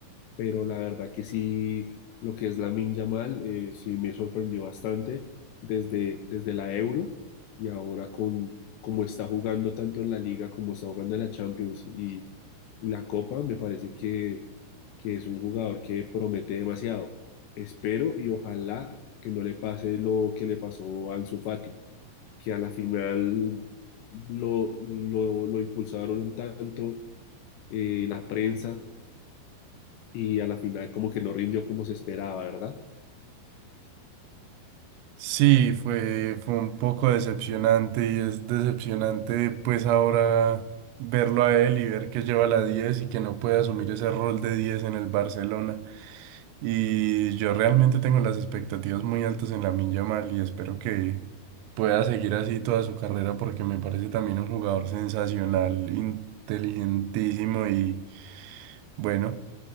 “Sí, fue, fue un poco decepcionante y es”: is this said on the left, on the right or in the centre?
Right